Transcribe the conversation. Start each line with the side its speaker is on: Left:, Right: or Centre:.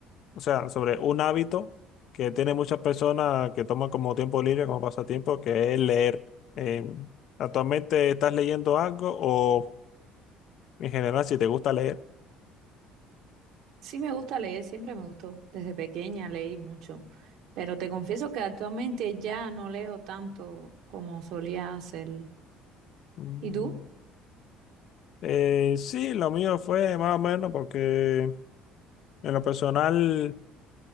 Left: o sea, sobre un hábito que tiene muchas personas que toman como tiempo libre, como pasatiempo, que es leer. Eh, ¿actualmente estás leyendo algo o en general si te gusta leer?
Right: Sí, me gusta leer, siempre me gustó. Desde pequeña leí mucho, pero te confieso que actualmente ya no leo tanto como solía hacerlo.
Left: Mm.
Right: ¿Y tú?
Left: Eh, sí, lo mío fue más o menos porque... En lo personal,